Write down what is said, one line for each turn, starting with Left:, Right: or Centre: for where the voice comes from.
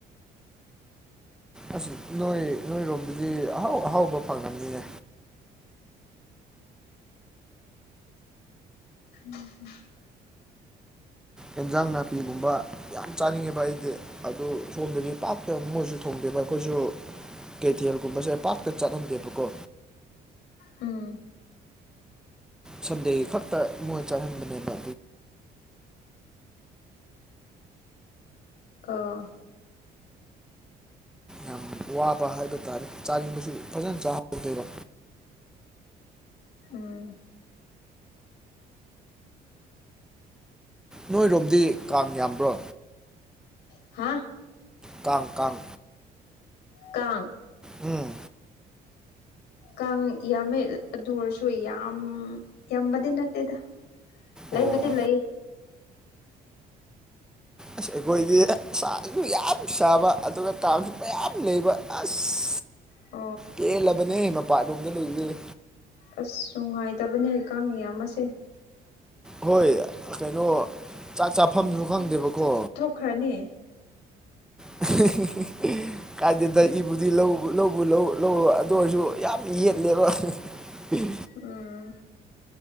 Centre: ꯑꯁꯤ ꯅꯣꯏ ꯅꯣꯏꯔꯣꯝꯗꯗꯤ ꯑꯍꯥꯎ ꯑꯍꯥꯎꯕ ꯐꯪꯂꯝꯅꯤꯅꯦ
Left: ꯎꯝꯝ
Centre: ꯑꯦꯟꯖꯥꯡ ꯅꯥꯄꯤꯒꯨꯝꯕ ꯌꯥꯝ ꯆꯥꯅꯤꯡꯉꯦꯕ ꯑꯩꯗꯤ ꯑꯗꯨ ꯊꯣꯡꯗꯦꯕ ꯄꯥꯛ ꯃꯣꯏꯁꯨ ꯊꯣꯡꯗꯦꯕ ꯑꯩꯈꯣꯏꯁꯨ ꯀꯦꯊꯦꯜꯒꯨꯝꯕꯁꯦ ꯄꯥꯛꯇ ꯆꯠꯂꯝꯗꯦꯕꯀꯣ
Left: ꯎꯝ
Centre: ꯁꯟꯗꯦ ꯈꯛꯇ ꯃꯣꯏ ꯆꯥꯍꯟꯕꯅꯦꯕ
Left: ꯑꯥ
Centre: ꯌꯥꯝ ꯋꯥꯕ ꯍꯥꯏꯕ ꯇꯥꯔꯦ ꯆꯥꯅꯤꯡꯕꯁꯨ ꯐꯖꯅ ꯆꯥꯍꯧꯗꯦꯕ
Left: ꯎꯝ
Centre: ꯅꯣꯏꯔꯣꯝꯗꯤ ꯀꯥꯡ ꯌꯥꯝꯕ꯭ꯔꯣ
Left: ꯍꯥꯥ
Centre: ꯀꯥꯡ ꯀꯥꯡ
Left: ꯀꯥꯡ
Centre: ꯎꯝ
Left: ꯀꯥꯡ ꯌꯥꯝꯃꯤ ꯑꯗꯨ ꯑꯣꯏꯔꯁꯨ ꯌꯥꯝ ꯌꯥꯝꯕꯗꯤ ꯅꯠꯇꯦꯗ ꯂꯩꯕꯨꯗꯤ
Centre: ꯑꯣ ꯑꯣ
Left: ꯂꯩ
Centre: ꯑꯁ ꯑꯩꯈꯣꯏꯒꯤ ꯁꯥꯥꯁꯨ ꯌꯥꯝ ꯁꯥꯕ ꯑꯗꯨꯒ ꯀꯥꯡꯁꯨ ꯃꯌꯥꯝ ꯂꯩꯕ ꯑꯁ
Left: <inaudible>
Centre: ꯀꯦꯜꯂꯕꯅꯦ ꯃꯄꯥꯟꯂꯣꯝꯗ ꯂꯩꯔꯤꯗꯅꯦ
Left: ꯑꯁ ꯅꯨꯡꯉꯥꯏꯗꯕꯅꯦ ꯀꯥꯡ ꯏꯌꯥꯝꯕꯁꯦ
Centre: ꯍꯣꯏ ꯀꯩꯅꯣ ꯆꯥꯛ ꯆꯥꯐꯝꯁꯨ ꯈꯪꯗꯦꯕꯀꯣ
Left: ꯈ꯭ꯔꯅꯤ
Centre: <unintelligible> ꯀꯥꯏꯗꯦꯗ ꯏꯕꯨꯗꯤ ꯂꯧꯕ ꯂꯧ ꯂꯧ ꯑꯗꯨ ꯑꯣꯏꯔꯁꯨ ꯌꯥꯝ ꯌꯦꯠꯂꯦꯕ ꯎꯝ
Left: ꯎꯝ